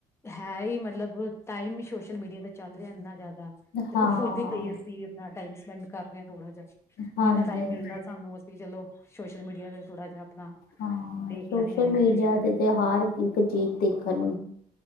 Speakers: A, on the left; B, on the left.
A: ਹੈਈ ਮਤਲਬ ਟਾਈਮ ਈ ਸੋਸ਼ਲ ਮੀਡੀਆ ਦਾ ਚੱਲ ਰਯਾ ਇੰਨਾ ਜਾਦਾ ਤੇ
B: ਹਾਂ
A: ਓਦੇ ਤੇ ਈ ਅਸੀਂ ਅਪਨਾ ਟਾਈਮ ਸਪੈਂਡ ਕਰ ਰੇ ਆਂ ਥੋੜਾ ਜਾ।
B: ਹਾਂਜੀ
A: ਜਿੰਨਾ ਟਾਈਮ
B: ਹਾਂਜੀ
A: ਮਿਲਦਾ ਸਾਨੂੰ ਅਸੀਂ ਚਲੋ ਸੋਸ਼ਲ ਮੀਡੀਆ ਦੇ ਥੋੜਾ ਜਾ ਅਪਣਾ
B: ਹਾਂ
A: ਦੇਖ
B: ਸੋਸ਼ਲ
A: ਲੈਂਨੇ
B: ਮੀਡੀਆ
A: ਆ ਵੀਡੀਓਜ਼ ਵਗੈਰਾ।
B: ਤੇ ਤੇ ਹਰ ਇੱਕ ਚੀਜ਼ ਦੇਖਣ